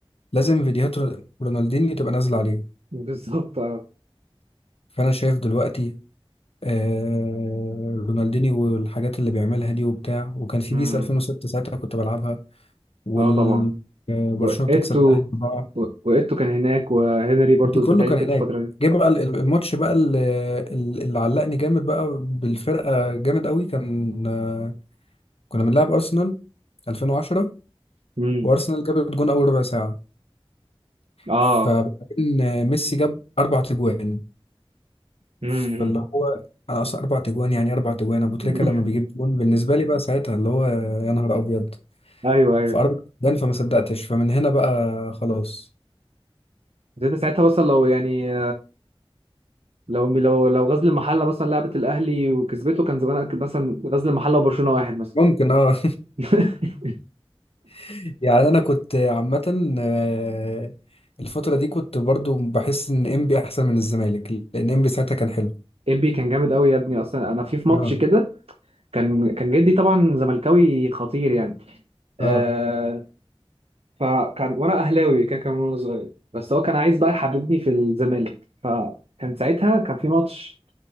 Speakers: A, on the left; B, on the right.
A: لازم فيديوهات رون- رونالدينيو تبقى نازله عليه
B: بالظبط اه
A: فانا شايف دلوقتي آه رونالدينيو والحاجات اللي بيعملها دي وبتاع وكان في
B: امم
A: بيس 2006 ساعتها كنت بلعبها وال
B: اه طبعا
A: آه، برشلونه
B: وقيتو
A: بتكسب الاهلي بقى
B: وقيتو كان هناك وهنري برضو
A: انت كله
B: بتهيألي
A: كان
B: في
A: هناك
B: الفتره دي
A: جه بقى ال- الماتش بقى اللي, اللي علقني جامد بقى بالفرقه جامد قوي كان آه، كنا بنلعب ارسنال 2010
B: امم
A: وارسنال جابت جون اول ربع ساعه
B: اه
A: فبعدين آه، ميسي جاب اربع تجوان
B: امم
A: فاللي هو انا اصلا اربع تجوان يعني اربع تجوان ابو تريكه
B: <laughs>
A: لما بيجيب جون بالنسبه لي بقى ساعتها اللي هو يا نهار ابيض
B: ايوه ايوه
A: فاربع تجوان فما صدقتش فمن هنا بقى خلاص
B: بس انت ساعتها مثلا لو يعني لو لو لو غزل المحله مثلا لعبت الاهلي وكسبته كان زمان مثلا غزل المحله وبرشلونه واحد مثلا
A: ممكن اه
B: <laughs>
A: <laughs> يعني انا كنت عامه آه، الفتره دي كنت برضو بحس ان انبي احسن من الزمالك لان انبي ساعتها كان حلو
B: انبي كان جامد قوي يا ابني اصلا انا في في ماتش
A: اه
B: كده كان كان جدي طبعا زملكاوي خطير يعني آه
A: اه
B: فكان وانا اهلاوي كده كان وانا صغير بس هو كان عايز بقى يحببني في الزمالك فكان ساعتها كان في ماتش